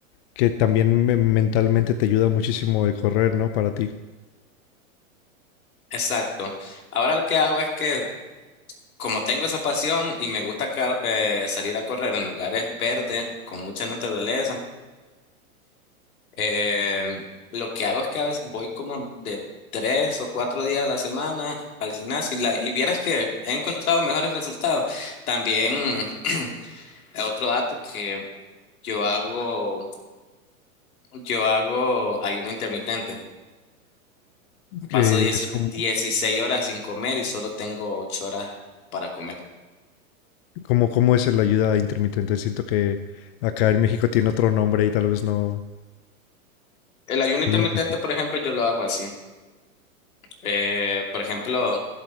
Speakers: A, on the left; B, on the left.
A: que también me- mentalmente te ayuda muchísimo el correr, ¿no? Para ti.
B: Exacto. Ahora lo que hago es que como tengo esa pasión y me gusta car- eh, salir a correr en lugares verdes con mucha naturaleza, eh, lo que hago es que a veces voy como de tres o cuatro días a la semana al gimnasio y, la, y vieras que he encontrado mejores resultados. También... <clears throat> Otro dato que Yo hago, yo hago ayuno intermitente.
A: Que
B: Paso dieci-
A: es como,
B: 16 horas sin comer y solo tengo 8 horas para comer.
A: como, ¿cómo es la ayuda intermitente? Siento que acá en México tiene otro nombre y tal vez no
B: El ayuno
A: lo
B: intermitente,
A: identifico.
B: por ejemplo, yo lo hago así. Eh, por ejemplo,